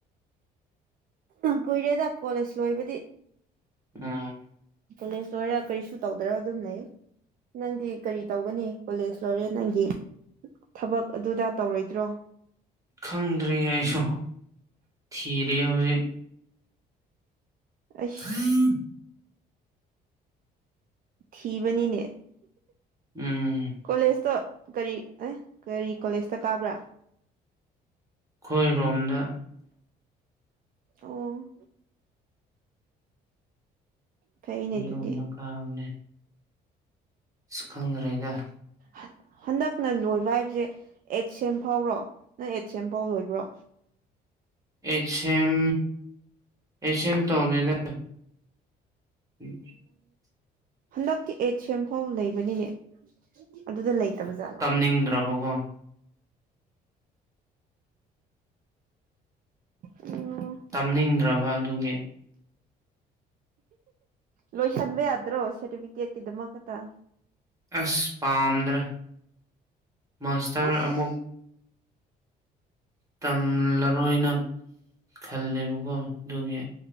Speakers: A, on the right; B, on the right.
A: ꯀꯨꯏꯔꯦꯗ ꯀꯣꯂꯦꯖ ꯂꯣꯏꯕꯗꯤ
B: ꯎꯝ
A: ꯀꯣꯂꯦꯖ ꯂꯣꯏꯔ ꯀꯔꯤꯁꯨ ꯇꯧꯗ꯭ꯔ ꯑꯗꯨꯝ ꯂꯩ ꯅꯪꯗꯤ ꯀꯔꯤ ꯇꯧꯒꯅꯤ ꯀꯣꯂꯦꯖ ꯂꯣꯏꯔꯦ ꯅꯪꯒꯤ ꯊꯕꯛ ꯑꯗꯨꯗꯥ ꯇꯧꯔꯣꯏꯗ꯭ꯔꯣ
B: ꯈꯪꯗ꯭ꯔꯤ ꯑꯩꯁꯨ ꯊꯤꯔꯤ ꯍꯧꯖꯤꯛ
A: ꯑꯩꯁ
B: ꯎꯝ
A: ꯊꯤꯕꯅꯤꯅꯦ
B: ꯎꯝ
A: ꯀꯣꯂꯦꯖꯇꯣ ꯀꯔꯤ ꯑꯦ ꯀꯔꯤ ꯀꯣꯂꯦꯖꯇ ꯀꯥꯕ꯭ꯔꯥ
B: ꯑꯩꯈꯣꯏꯔꯣꯝꯗ
A: ꯑꯣ ꯐꯩꯅꯦ
B: ꯑꯩꯈꯣꯏꯔꯣꯝꯗ
A: ꯑꯗꯨꯗꯤ
B: ꯀꯥꯕꯅꯦ ꯑꯁ ꯈꯪꯗ꯭ꯔꯦꯗ
A: ꯍꯟ ꯍꯟꯗꯛꯅ ꯂꯣꯏꯕ ꯍꯥꯏꯕꯁꯦ ꯑꯦꯠ ꯁꯦꯝ ꯐꯥꯎꯔꯣ ꯅꯪ ꯑꯦꯠ ꯁꯦꯝ ꯐꯥꯎ ꯂꯣꯏꯕ꯭ꯔꯣ
B: ꯑꯦꯠ ꯁꯦꯝ ꯑꯦꯠ ꯁꯦꯝ ꯇꯧꯗꯦꯗ <unintelligible>
A: ꯍꯟꯗꯛꯀꯤ ꯑꯦꯠ ꯁꯦꯝ ꯐꯥꯎ ꯂꯩꯕꯅꯤꯅꯦ ꯑꯗꯨꯗ ꯂꯩꯇꯕꯖꯥꯠꯂꯣ
B: ꯅꯤꯡꯗ꯭ꯔꯕꯀꯣ
A: ꯎꯝ
B: ꯇꯝꯅꯤꯡꯗ꯭ꯔꯕ ꯑꯗꯨꯒꯤ
A: ꯂꯣꯏꯁꯟꯕ ꯌꯥꯗ꯭ꯔꯣ ꯁꯥꯔꯇꯤꯐꯤꯀꯦꯠꯀꯤꯗꯃꯛ ꯈꯇ
B: ꯑꯁ ꯄꯥꯝꯗ꯭ꯔꯦ ꯃꯥꯁꯇꯔ
A: ꯑꯁ
B: ꯑꯃꯨꯛ ꯇꯝꯂꯔꯣꯏꯅ ꯈꯜꯂꯦꯕꯀꯣ ꯑꯗꯨꯒꯤ